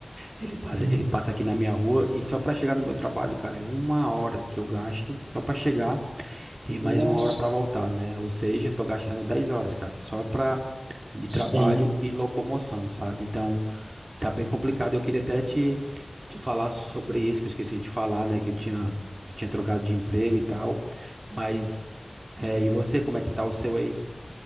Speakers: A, on the right; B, on the right.
A: Ele passa,
B: Uhum.
A: ele passa aqui na minha rua e só pra chegar no meu trabalho, cara, é uma hora que eu gasto só pra chegar e mais
B: Nossa,
A: uma hora pra voltar, né? Ou seja, tô gastando 10 horas, cara, só pra de
B: sim.
A: trabalho e locomoção, sabe? Então, tá bem complicado. Eu queria até te, te falar sobre isso que eu esqueci de falar, né? Que eu tinha, eu tinha trocado de emprego e tal. Mas, é, e você, como é que tá o seu aí?